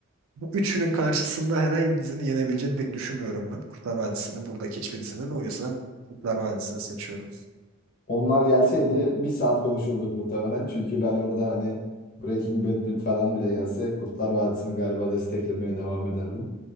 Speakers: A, on the right; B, on the left.
A: Bu üçünün karşısında herhangi bir dizinin yenebileceğini pek düşünmüyorum ben. Kurtlar Vadisi'ni, buradaki hiçbir dizinin. O yüzden Kurtlar Vadisi'ni seçiyorum.
B: Onlar gelseydi bir saat konuşurduk muhtemelen. Çünkü ben orada hani Breaking Bad bi- falan bile gelse Kurtlar Vadisi'ni galiba desteklemeye devam ederdim.